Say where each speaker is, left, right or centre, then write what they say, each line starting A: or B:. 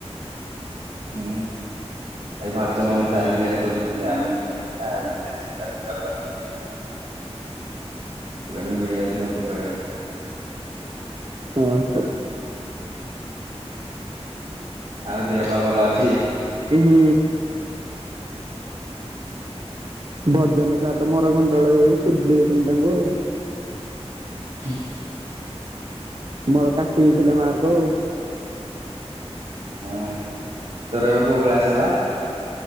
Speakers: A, on the right (about 70°); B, on the right (about 50°).
A: ହୁଁ। ଏଇ ଭଜ ମନ ସାର ବିାରି ଖୋଜୁଥିଲେ ଆମେଡା ଜ <inaudible> ସିଏ କହିଲେ ମିଳିବ ଯଦି ମତେ କହିବ
B: ହଁ ସାର୍
A: ଆଉ ଦେହ ପା ଭଲ ଅଛି।
B: ହୁଁ। ଭଜନ ସାତ ମର ଗଣ୍ଡଳ ହେଇ ସୁଧି ଦେଇଥିଲି ତାଙ୍କୁ ଆଉ
A: ହୁଁ।
B: ମୋର କାଟି ଦେଇଥିଲେ ମାର୍ କଉ
A: ହୁଁ ତୋର ବି କୋଉ ଗ୍ଳାସ ହେଲା।